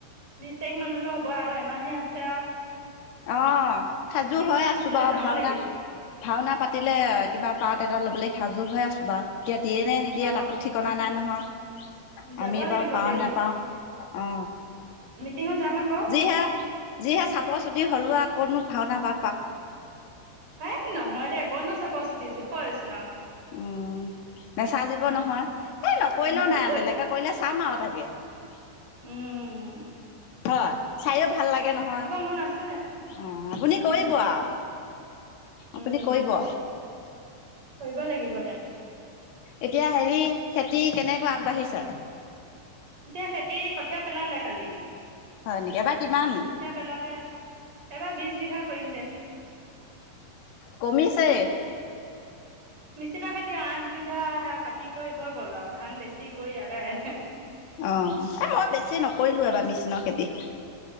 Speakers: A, on the right; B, on the left.
A: বিশ তাৰিখ মানলৈ হ'ব আৰু এমাহে আছে। আছে আৰু
B: অ। সাজু
A: মিটিং
B: হৈ
A: চিটিং
B: আছো
A: দিলে
B: বাৰু
A: যাব
B: ভাওনা
A: লাগিব
B: ভাওনা- পাতিলে কিবা পাত এটা ল'বলে সাজুৰ হৈ আছো বা। এতিয়া দিয়ে নে নিদিয়ে
A: অ
B: তাকো ঠিকনা নাই নহয়।
A: যাব
B: আমি
A: লাগিব
B: বাৰু পাওঁ
A: তেওঁ
B: নেপাওঁ অ
A: মিটিঙত যাম আকৌ
B: যিহে যিহে চাপৰ চুটি। বুঢ়ী হলো। আৰু কতনো ভাওনা পা
A: হে নহয় দে কতনো চাপৰ চুটি জোখৰে চো-
B: উম নেচাজীব
A: উম
B: নহয় এই নকৰিলেও
A: উম
B: নাই বেলেগে কৰিলে চাম আৰু তাইক তাকে
A: উম উম
B: হয় চাইও ভাল লাগে নহয়
A: মন আছে
B: অ আপুনি
A: উম
B: কৰিব আ
A: উম
B: আপুনি কৰিব
A: কৰিব লাগিব
B: এতিয়া হেৰি খেতি কেনেকৈ আগবাঢ়িছে।
A: এতিয়া খেতি খেতি কঠীয়া পেলালে কালি।
B: হয় নেকি এবাৰ কিমান
A: কঠিয়া পেলালে এবাৰ বিছ বিঘা কৰিম দে।
B: কমিছেই
A: মেচিনা খেতি আঠ বিঘা সেয়া কাটি কৰি হৈ গ'ল আ ধান বেছি কৰি আদায়
B: অ এই মই বেছি নকৰিলোঁ এবাৰ মিচনৰ খেতি।